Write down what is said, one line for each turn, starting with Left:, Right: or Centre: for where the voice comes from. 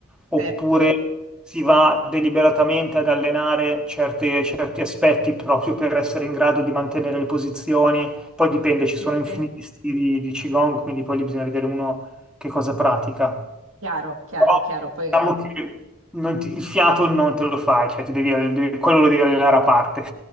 Centre: oppure
Right: certo.
Centre: si va deliberatamente ad allenare certe- certi aspetti proprio per essere in grado di mantenere le posizioni. Poi dipende, ci
Right: Sì,
Centre: sono infiniti
Right: sì.
Centre: stili di Qigong, quindi poi lì bisogna vedere uno che cosa pratica.
Right: Chiaro, chiaro,
Centre: Però
Right: chiaro. Poi...
Centre: diciamo che non ti- il fiato non te lo fai, cioè ti devi, devi- quello lo devi allenare a parte,